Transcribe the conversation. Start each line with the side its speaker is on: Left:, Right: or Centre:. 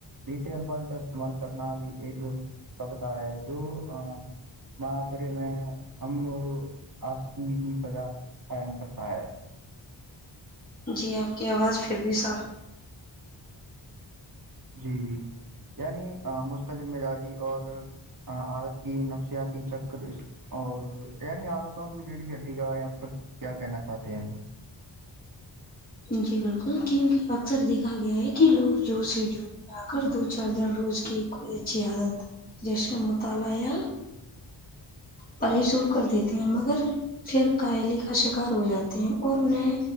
Right: ر الاج کا استعمال کرنا بھی ایک سب کا ہے جو ہاں ماں سرے میں امن آس کی پجا قائم کرتا ہے
Left: جی آپ کی آواز پھر بھی صاف
Right: جی جی یعنی مستقر مزاجی اور ہ عادت کی نفسیاتی چکر اور نہیں آ رہ آتا ہ کہ ریی گڈی کے بارے یہاں پر کیا کہنا چاہتے ہیں
Left: جی بالکل کیوںکہ اکثر دیکھا گیا ہے کہ لوگ جو سے جو آ کر دو چار دن روز کی کوئی اچھی عادت جشن مطالعہ پے شروع کر دیتے ہیں مگر پھر کاہلی کا شکار ہو جاتے ہیں اور انہیں